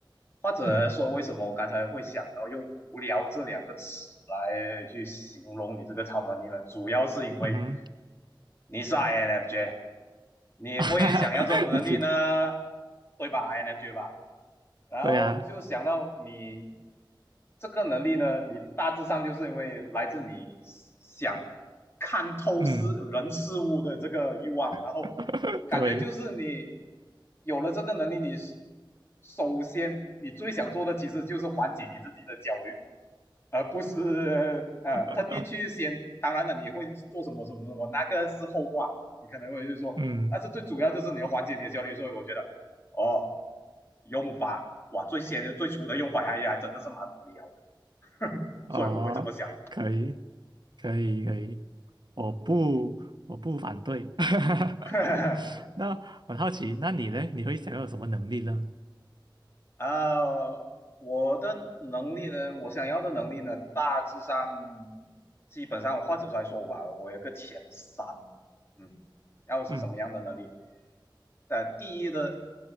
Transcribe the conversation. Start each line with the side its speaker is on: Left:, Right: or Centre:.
Left: 或者说为什么我刚才会想到用“无聊”这两个词来去形容你这个超能力呢？
Right: 嗯
Left: 主要是因为
Right: 嗯哼，
Left: 你是 INFJ，你会想要这种能力呢，
Right: <laughs> 你提的
Left: 对吧？INFJ 吧，然后就想到你
Right: 对呀、
Left: 这个能力呢，你大致上就是因为来自你想看透事人事物的这个欲望，
Right: 嗯
Left: 然后
Right: <laughs>
Left: 感觉就是你
Right: 对，
Left: 有了这个能力，你首先你最想做的其实就是缓解你自己的焦虑，而不是呃呃特地去先。
Right: <laughs>
Left: 当然了，你会做什么什么什么，那个是后话，你可能会就是说，
Right: 嗯
Left: 但是最主要就是你要缓解你的焦虑。所以我觉得，哦，用法哇，最先的最初的用法哎还真的是蛮无聊的，<laughs> 呵呵，
Right: 哦，
Left: 所以我会这么想。<laughs>
Right: 可以可以可以。我不，我不反对。<laughs>
Left: 呵呵
Right: 那很好奇，那你呢？你会想要有什么能力呢？
Left: 呃，我的能力呢，我想要的能力呢，大致上基本上我或者来说吧，我有个前三，嗯，然后是什么样的能力？
Right: 嗯
Left: 呃，第一的，